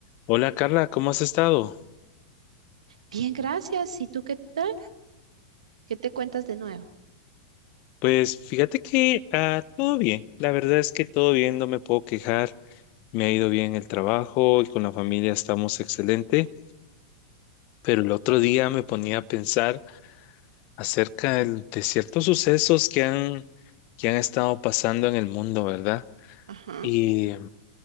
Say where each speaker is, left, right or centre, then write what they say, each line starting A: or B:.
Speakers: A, on the left; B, on the right.
A: Hola Carla, ¿cómo has estado?
B: Bien, gracias. ¿Y tú qué tal? ¿Qué te cuentas de nuevo?
A: Pues fíjate que ah, todo bien, la verdad es que todo bien, no me puedo quejar, me ha ido bien el trabajo y con la familia estamos excelente, pero el otro día me ponía a pensar acerca del- de ciertos sucesos que han, que han estado pasando en el mundo, ¿verdad?
B: Ajá,
A: Y eh,